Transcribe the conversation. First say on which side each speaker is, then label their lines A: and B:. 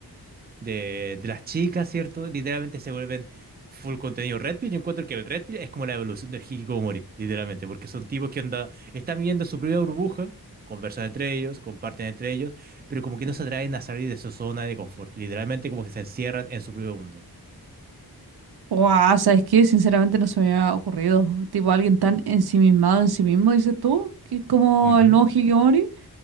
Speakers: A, on the right; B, on the right.
A: de, de las chicas, ¿cierto? Literalmente se vuelven full contenido Red Pill. Yo encuentro que el Red Pill es como la evolución del Hikikomori, literalmente, porque son tipos que onda, están viviendo su propia burbuja, conversan entre ellos, comparten entre ellos, pero como que no se atraen a salir de su zona de confort. Literalmente como que se encierran en su propio mundo.
B: Guau, ¿sabes qué? Sinceramente no se me había ocurrido. Tipo, alguien tan ensimismado en sí mismo, dices tú, que es como
A: Ujú,
B: el nuevo Hikikomori.